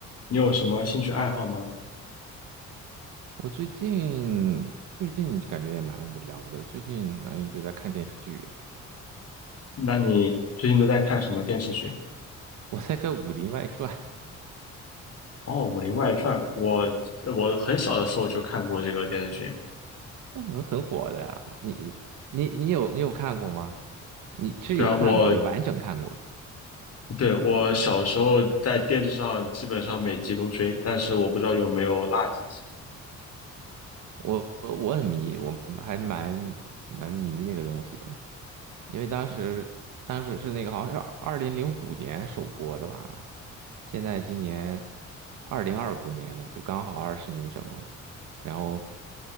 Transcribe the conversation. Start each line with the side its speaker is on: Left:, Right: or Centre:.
Left: 你有什么兴趣爱好吗？
Right: 我最近最近感觉也蛮无聊的，最近呃一直在看电视剧。
Left: 那你最近都在看什么电视剧？
Right: 我在看《武林外传》，
Left: 哦，《武林外传》，我我很小的时候就看过这个电视剧。
Right: <laughs> 那很很火的呀。你你你有你有看过吗？你是有看过，
Left: 对啊，我
Right: 有完整看过。
Left: 对我小时候在电视上基本上每集都追，但是我不知道有没有落几集。
Right: 我我很迷，我还蛮蛮迷那个东西的，因为当时当时是那个好像是二零零五年首播的吧。现在今年二零二五年了，就刚好二十年整了。然后